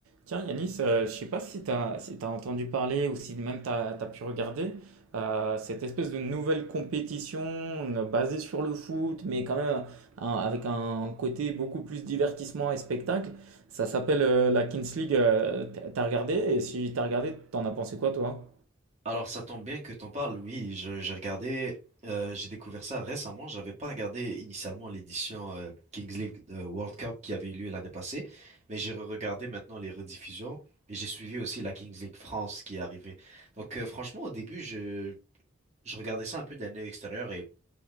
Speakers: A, on the right (about 80°); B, on the right (about 30°).
A: Tiens, Yanis, euh, je sais pas si tu as, si t'as entendu parler ou si même tu as, pu regarder euh, cette espèce de nouvelle compétition euh, basée sur le foot, mais quand même euh, un- avec un côté beaucoup plus divertissement et spectacle. Ça s'appelle euh, la Kings League. euh, t- t'as regardé? Et si t'as regardé, t'en as pensé quoi, toi?
B: Alors ça tombe bien que t'en parles, oui, je- j'ai regardé, euh, j'ai découvert ça récemment, j'avais pas regardé initialement l'édition euh, Kings League euh, World Cup qui avait eu lieu l'année passée, mais j'ai regardé maintenant les rediffusions et j'ai suivi aussi la Kings League France qui est arrivée. Donc euh, franchement au début je, je regardais ça un peu d'un œil extérieur et